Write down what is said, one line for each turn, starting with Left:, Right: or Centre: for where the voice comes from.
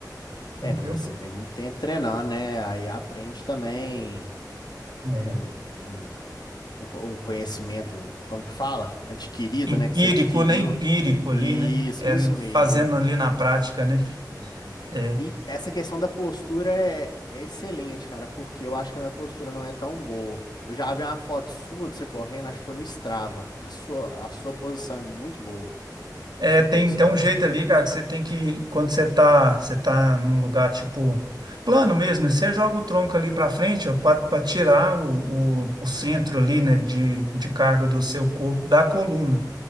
Left: É,
Right: entendeu?
Left: não, mas você tem muito tempo treinando, né? Aí aprende também
Right: É.
Left: com,
Right: é.
Left: com o, co- o conhecimento, como que fala? Adquirido,
Right: Empírico,
Left: né? Que você adquiriu.
Right: né? Empírico
Left: Isso,
Right: ali, né? É,
Left: isso mesmo.
Right: fazendo ali na prática, né?
Left: Uhum.
Right: É.
Left: E essa questão da postura é, é excelente, cara, porque eu acho que a minha postura não é tão boa. Eu já vi uma foto sua de você correndo, acho que foi no Strava. A sua, a sua posição é muito boa.
Right: É,
Left: Sua
Right: tem,
Left: posição
Right: tem
Left: é
Right: um
Left: muito
Right: jeito
Left: boa.
Right: ali, cara, que você tem que, quando você tá, você tá num lugar, tipo, plano mesmo, né, você joga o tronco ali pra frente, ó, pra, pra tirar o, o, o centro
Left: Uhum.
Right: ali, né, de, de carga do seu corpo, da coluna.